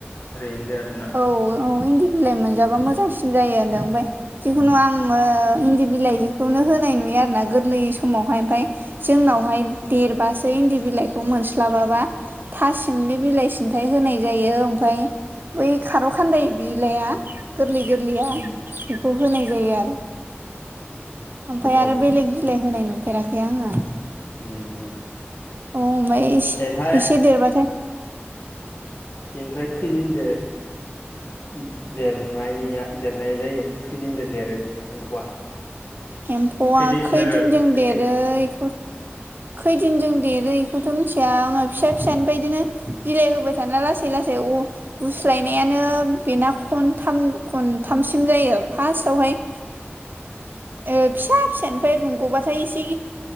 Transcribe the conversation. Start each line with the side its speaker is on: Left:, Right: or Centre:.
Left: ओरै होनदो आर
Right: औ औ इन्दि बिलाइ मोनजाबा मोजांसिन जायो होनदों ओमफाय जिखुनु आङो इन्दि बिलाइ जिखुनो होनाय नुयो आरो ना गोरलै समावहाय ओमफाय जोंनावहाय देरबासो इन्दि बिलाइखौ मोनस्लाबाबा था सिमलि बिलाइ सिन्थाय होनाय जायो ओमफाय बै खारौ खान्दाय बिलाया गोरलै गोरलैया
Left: उम
Right: बेखौ होनाय जायो आरो ओमफाय
Left: औ
Right: आरो बेलेग बिलाइ होनाय नुफेराखै आङो।
Left: उम उम
Right: अ ओमफाय इस
Left: ओमफ्राय
Right: इसे देरबाथाय
Left: बेनिफ्राय खैदिनदो उम देरनाया देरनाय जायो? खैदिनदो देरो एम्फौआ?
Right: एम्फौआ
Left: खैदिनसो
Right: खैदिनजों
Left: नांगो बेसे
Right: देरो
Left: गोबाव
Right: इखौ खैदिनजों देरो इखौथ' मिथिया आङो फिसा फिसानिफ्राय इदिनो बिलाइ होबाय थाना लासै लासै अ गुस्लायनायानो बेना खनथाम खनथामसिम जायो फास्टआवहाय ओ फिसा फिसानिफ्राय रुंग'बाथाय एसे गि